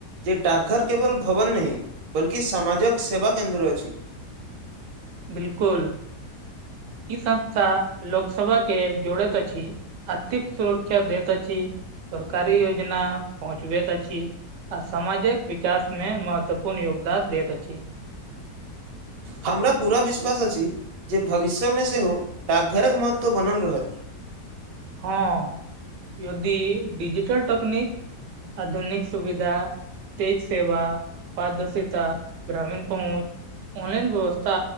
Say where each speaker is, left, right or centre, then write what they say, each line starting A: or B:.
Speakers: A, on the right; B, on the right.
A: जे डाकघर केवल भवन नहि बल्कि सामाजक सेवा केन्द्र अछि
B: बिलकुल ई संस्था लोक सभऽ के जोड़ति अछि आथिक सुरक्षा दति अछि सरकारी योजना पहुँचबति अछी आ समाजक विकास मे महत्वपूर्ण योगदान दति अछि
A: हमरा पूरा विश्वास अछि जे भविष्य मे सेहो डाकघरक महत्व बनल रहत
B: हँ यदि डिजिटल टकनिक आधुनिक सुविधा तेज सेवा पारदर्शिता ग्रामीण पहुँच ऑनलाइन व्यवस्था